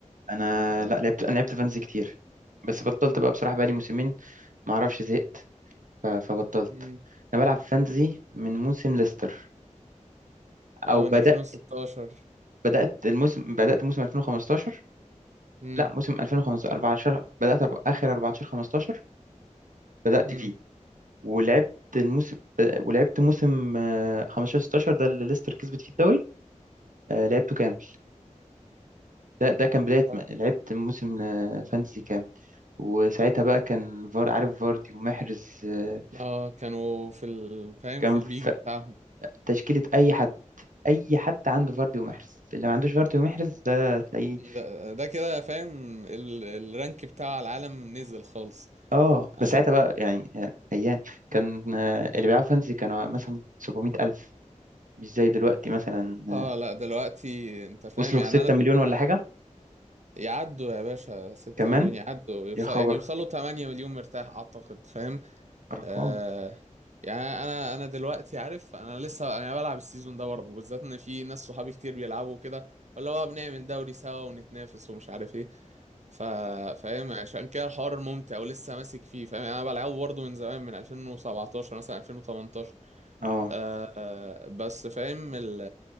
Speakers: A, on the right; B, on the right.
A: انا
B: انا
A: لا لعبت انا لعبت فانز كتير بس بطلت بقى بصراحة بقالي موسمين ما اعرفش زهقت ف- فبطلت
B: مم.
A: انا بلعب فانتزي من موسم ليستر
B: اه
A: او بدأت
B: من 2016
A: بدأت الموسم بدأت موسم 2015
B: امم
A: لا موسم 2015 14 بدأت أرب... آخر 14 15 بدأت
B: امم
A: فيه ولعبت الموسم ولعبت موسم آه، 15 16 ده اللي ليستر كسبت فيه الدوري آه، لعبته كامل ده ده كان بداية
B: طب
A: ما لعبت موسم آه، فانتسي كامل وساعتها بقى كان فار عارف فاردي ومحرز آه،
B: اه كانوا في ال... فاهم
A: كان
B: في البيج
A: في
B: بتاعهم
A: تشكيلة أي حد أي حد عنده فاردي ومحرز اللي ما عندوش فاردي ومحرز ده تلاقيه
B: ده, ده كده فاهم ال... الرانك بتاع العالم نزل خالص
A: اه
B: أنا...
A: بس ساعتها بقى يعني يعني أيام كان آه، اللي بيلعبوا فانتسي كانوا مثلا 700 ألف مش زي دلوقتي مثلا آه،
B: اه لا دلوقتي انت فاهم
A: وصلوا
B: يعني
A: في 6
B: انا
A: مليون ولا حاجة
B: يعدوا يا باشا 6
A: كمان
B: مليون يعدوا يوصل
A: يا خبر
B: يعني يوصلوا 8 مليون مرتاح اعتقد فاهم
A: أرقام
B: آه يعني انا انا دلوقتي عارف انا لسه انا بلعب السيزون ده برضه بالذات ان في ناس صحابي كتير بيلعبوا كده ولا هو بنعمل دوري سوا ونتنافس ومش عارف ايه ف فاهم عشان كده الحوار ممتع ولسه ماسك فيه فاهم يعني انا بلعبه برضه من زمان من 2017 مثلا 2018
A: اه
B: آه بس فاهم ال